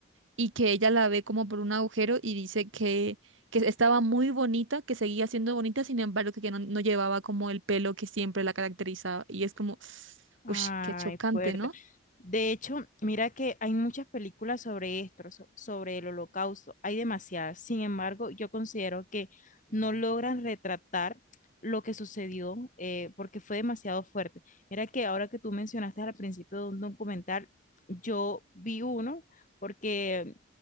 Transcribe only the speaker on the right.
y que ella la ve como por un agujero y dice que, que estaba muy bonita, que seguía siendo bonita, sin embargo que, que no, no llevaba como el pelo que siempre la caracterizaba y es como, <sniffs>
uff, qué chocante,
¿no?